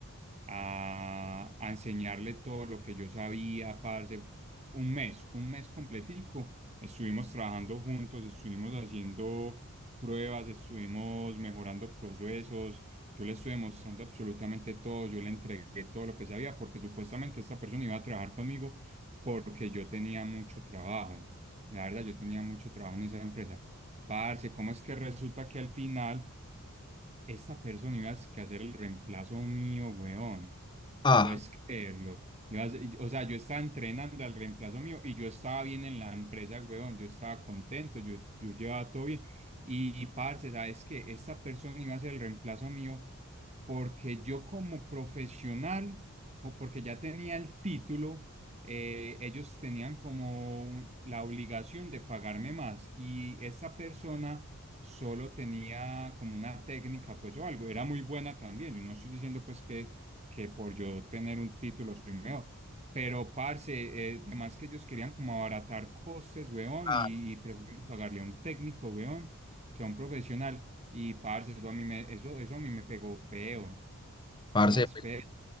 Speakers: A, on the right; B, on the left.
A: a, a enseñarle todo lo que yo sabía, parce. Un mes, un mes completico. Estuvimos trabajando juntos, estuvimos haciendo pruebas, estuvimos mejorando procesos. Yo le estuve mostrando absolutamente todo, yo le entregué todo lo que sabía, porque supuestamente esta persona iba a trabajar conmigo porque yo tenía mucho trabajo. La verdad, yo tenía mucho trabajo en esa empresa. Parce, ¿cómo es que resulta que al final... Esta persona ibas que hacer el reemplazo mío, weón.
B: Ah,
A: Puedes creerlo. Ibas- o sea, yo estaba entrenando al reemplazo mío y yo estaba bien en la empresa, weón. Yo estaba contento, yo, yo llevaba todo bien. Y, parce, ¿sabes qué? Esta persona iba a ser el reemplazo mío porque yo como profesional, o porque ya tenía el título, eh, ellos tenían como la obligación de pagarme más. Y esa persona solo tenía como una técnica, pues o algo, era muy buena también. Yo no estoy diciendo pues que, que por yo tener un título soy mejor, pero parce, eh, además que ellos querían como abaratar costes, weón,
B: ah,
A: y, y prefieren pagarle a un técnico, weón, que a un profesional. Y parce, eso a mí me, eso, eso a mí me pegó feo,
B: parce,
A: fue más
B: pues,
A: feo.